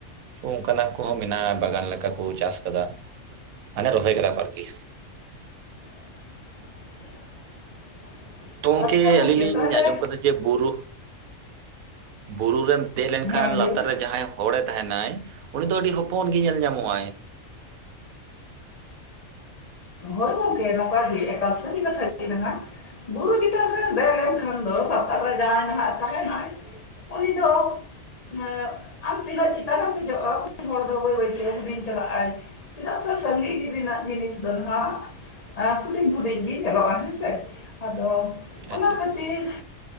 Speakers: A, on the right; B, on the left.
A: ᱚᱝᱠᱟᱱᱟᱜ ᱠᱚᱦᱚᱸ ᱢᱮᱱᱟᱜᱼᱟ᱾ ᱵᱟᱜᱟᱱ ᱞᱮᱠᱟ ᱠᱚ ᱪᱟᱥ ᱠᱟᱫᱟ ᱢᱟᱱᱮ ᱨᱚᱦᱚᱭ ᱠᱟᱫᱟ ᱠᱚ ᱟᱨᱠᱤ᱾
B: <inaudible>
A: ᱛᱚ ᱜᱚᱝᱠᱮ
B: ᱟᱪᱪᱷᱟ ᱜᱚᱢᱠᱮ
A: ᱟᱹᱞᱤᱧ ᱞᱤᱧ
B: ᱛᱟᱦᱚᱞᱮ
A: ᱟᱸᱡᱚᱢ ᱠᱟᱫᱟ ᱡᱮ ᱵᱩᱨᱩᱜ ᱵᱩᱨᱩ ᱨᱮᱢ ᱫᱮᱜ ᱞᱮᱱᱠᱷᱟᱱ
B: ᱦᱮᱸ ᱞᱟᱹᱭ
A: ᱞᱟᱛᱟᱨ
B: ᱢᱮ
A: ᱨᱮ ᱡᱟᱦᱟᱸᱭ ᱦᱚᱲᱮ ᱛᱟᱦᱮᱸᱱᱟᱭ ᱩᱱᱤ ᱫᱚ ᱟᱹᱰᱤ ᱦᱚᱯᱚᱱ ᱜᱮ ᱧᱮᱞ ᱧᱟᱢᱚᱜ ᱟᱭ᱾
B: ᱦᱳᱭ ᱜᱚᱝᱠᱮ ᱱᱚᱝᱠᱟ ᱜᱮ ᱮᱴᱟ ᱥᱟᱹᱨᱤ ᱠᱟᱛᱷᱟ <inaudible> ᱢᱮᱱᱟ ᱵᱩᱨᱩ ᱪᱮᱛᱟᱱ ᱨᱮᱢ ᱫᱮᱜ ᱞᱮᱱᱠᱷᱟᱱ ᱫᱚ ᱞᱟᱛᱟᱨ ᱨᱮ ᱡᱟᱦᱟᱸᱭ ᱱᱟᱜ ᱛᱟᱦᱮᱸᱱᱟᱭ ᱩᱱᱤ ᱫᱚ, ᱤᱭᱟᱹ ᱟᱢ ᱛᱤᱱᱟᱹᱜ ᱪᱮᱛᱟᱱᱮᱢ ᱫᱮᱡᱚᱜᱼᱟ ᱩᱱᱤ ᱦᱚᱲ ᱫᱚ ᱵᱟᱹᱭ ᱵᱟᱹᱭᱛᱮ ᱦᱩᱰᱤᱧ ᱪᱟᱞᱟᱜᱼᱟᱭ᱾ ᱪᱮᱫᱟᱜ ᱥᱮ ᱥᱟᱺᱜᱤᱧ ᱨᱮᱱᱟᱜ ᱡᱤᱱᱤᱥ ᱫᱚ ᱟᱸ ᱟᱛᱩᱨᱮᱱ ᱠᱚ ᱦᱩᱸᱰᱤᱧ ᱦᱩᱸᱰᱤᱧ ᱪᱟᱵᱟᱜᱼᱟ ᱦᱮᱸᱥᱮ ᱟᱫᱚ, ᱚᱱᱟ
A: ᱟᱪᱪᱷᱟ ᱟᱪᱪᱷᱟ
B: ᱠᱷᱟᱹᱛᱤᱨ